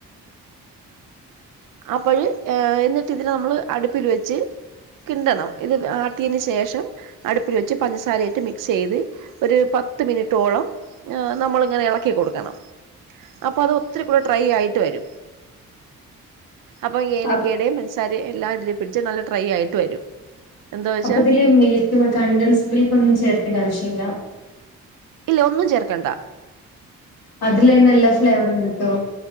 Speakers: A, on the left; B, on the right.
A: <unintelligible>
B: അപ്പോഴ എന്നിട്ട് ഇതിനന് നമ്മള് അടുപ്പിൽ വെച്ച് കിണ്ടണം ഇത് ആട്ടിയന് ശേഷം അടുപ്പിൽ വെച്ച് പഞ്ചസാരയായിട്ട് മിക്സ് ചെയ്ത് ഒരു പത്ത് മിനിറ്റോളം നമ്മൾ ഇങ്ങനെ ഇളക്കികോടുക്കണം അപ്പൊ അത് ഫ്രൈ ആയിട്ട് വരും അപ്പൊ ഏലക്കേടയും
A: അപ്
B: മസാര എല്ലാ പിടിച്ച് നല്ല ട്രൈ ആയിട്ട് വരും എന്താ വെച്ചാ
A: അപ്പൊ ഇതില് മിൽക്ക് കണ്ടൻസ് മിൽക്ക് ഒന്നും ചേർക്കേണ്ട ആവശ്യമില്ല
B: ഇല്ല ഒന്നും ചേർക്കണ്ട
A: അതിലന്നെ എല്ലാ ഫ്ലേവറും കിട്ടും